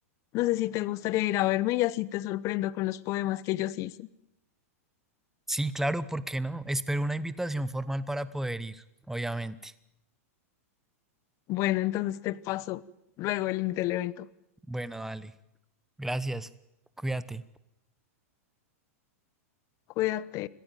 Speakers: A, on the left (about 40°); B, in the centre.
A: No sé si te gustaría ir a verme y así te sorprendo con los poemas que yo sí hice.
B: Sí, claro, ¿por qué no? Espero una invitación formal para poder ir, obviamente.
A: Bueno, entonces te paso luego el link del evento.
B: Bueno, dale. Gracias. Cuídate.
A: Cuídate.